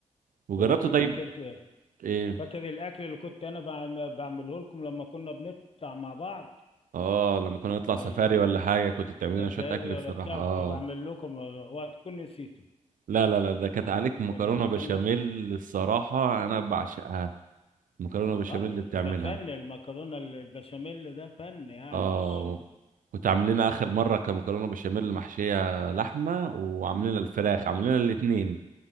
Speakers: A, on the right; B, on the left.
A: وجربت
B: ولا كيف
A: طيب
B: فاكر كده
A: ايه
B: فاكر الاكل اللي كنت انا بعم- بعمله لكم لما كنا بنطلع مع بعض
A: اه لما كنا نطلع
B: في
A: سفاري
B: ال- في
A: ولا حاجه كنت بتعمل لنا
B: الكافيهات
A: شويه اكل
B: ولا
A: الصراحه
B: بتاع
A: اه
B: كنت بعمل لكم وهتكون نسيته
A: لا لا لا ده
B: لأن
A: كانت عليك مكرونه بشاميل
B: ده ما
A: الصراحه انا بعشقها المكرونه بشاميل
B: آه،
A: اللي بتعملها
B: ده فن المكرونه البشاميل ده فن يعني
A: اه
B: مش
A: كنت عامل لنا اخر مره كمكرونه بشاميل محشيه لحمه وعاملين لنا الفراخ عاملين لنا الاثنين